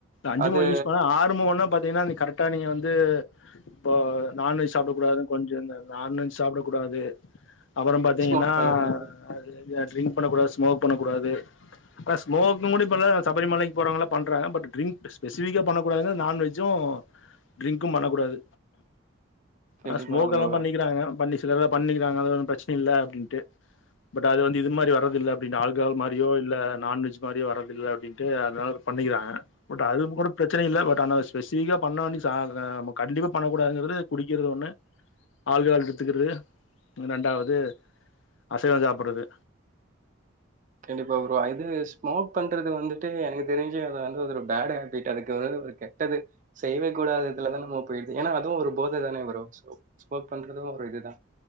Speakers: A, on the left; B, on the right.
A: அஞ்சு
B: அது
A: முக யூஸ் பண்ணன் ஆறு முகன்னா பாத்தீங்கன்னா நீ கரெக்டா நீங்க வந்து போ நான்வெஜ் சாப்பிடக்கூடாது கொஞ்ச இந்த நான்வெஜ் சாப்டக்கூடாது அப்பற பாத்தீங்கன்னா
B: ஸ்மோக் பண்ணக்கூடாது
A: ஆஹ் ட்ரிங்க் பண்ணக்கூடாது ஸ்மோக் பண்ண கூடாது கா ஸ்மோக்கிங் கூட இப்ப சபரி மலைக்கு போறவ பண்றாங்க பட் ட்ரிங்க் ஸ்பெசிஃபிக்கா பண்ணக்கூடாதுன்ன நான்வெஜ்ஜு ட்ரிங்க்கு பண்ணக்கூடாது
B: கண்டிப்பா
A: ஆஹ் ஸ்மோக்ல்லா
B: ப்ரோ
A: பண்ணிக்கிறாங்க பண்ணி சிலர்ல்லா பண்ணிக்கிறாங்க அது ஒன்னு பிரச்சனை இல்ல அப்படின்ட்டு பட் அது வந்து இது மாரி வரதில்ல அப்படின்ட்டு ஆழ்கால் மாரியோ இல்லலை நான்வெஜ் மாரியோ வரதில்ல அப்டின்ட்டு அதனால அது பண்ணிக்கிறாங்க பட் அதுவு கூட பிரச்சன இல்லை பட் ஆனா ஸ்பெசிபிக்கா பண்ணண்டி <unintelligible> ஆஹ் கண்டிப்பா பண்ணக்க கூடாங்கிறது குடிக்கிறது ஒண்ணு ஆள்கஹாள் எடுத்துக்கிறது ரெண்டாவது அசைவ சாப்பறது
B: கண்டிப்பா ப்ரோ இது ஸ்மோக் பண்றது வந்துட்டு எனக்கு தெரிஞ்சு அத வந்து ஒரு பேட் ஹா போய்ட்டு அதுக்கு ஒரு கெட்டது செய்யவே கூடாதுல தா நம்ம போயிடுது ஏன்னா அதுவு ஒரு போதை தானே ப்ரோ ஸ்மோக் பண்றது ஒரு இதுதா